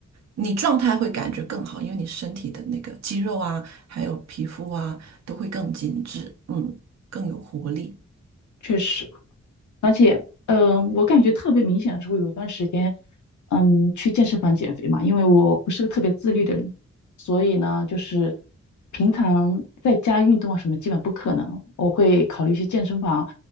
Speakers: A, on the right (about 65°); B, on the left (about 80°).
A: 你状态会感觉更好，因为你身体的那个肌肉啊，还有皮肤啊。都会更紧致，嗯，更有活力。
B: 确实。而且，嗯、我感觉特别明显的时候，有一段时间，嗯，去健身房减肥嘛，因为我不是个特别自律的人，所以呢，就是平常在家运动啊什么基本不可能，我会考虑去健身房，